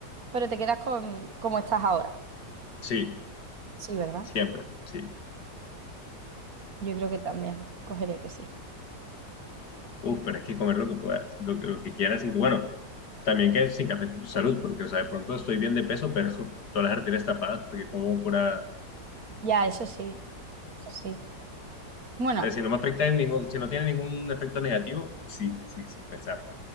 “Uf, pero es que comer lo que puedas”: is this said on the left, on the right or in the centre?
Left